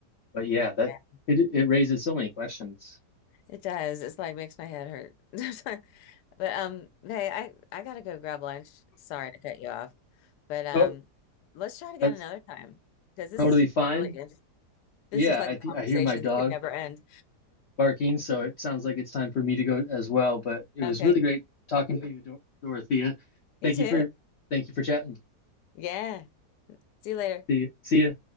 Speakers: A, on the left; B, on the left.
A: But yeah, that
B: Yeah.
A: it it raises so many questions.
B: It does. It's like makes my head hurt. <laughs> But um, hey, I I gotta go grab lunch. Sorry to cut you off, but um,
A: Oh,
B: let's try it again
A: that's
B: another time because this
A: totally
B: is
A: fine.
B: really interesting. This
A: Yeah,
B: is like
A: I
B: a conversation
A: think I hear my dog
B: that could never end.
A: barking, so it sounds like it's time for me to go as well. But it was
B: Okay,
A: really great talking to you, Dor- Dorothea.
B: you
A: Thank
B: too.
A: you for thank you for chatting.
B: Yeah. See you later.
A: See you. See ya.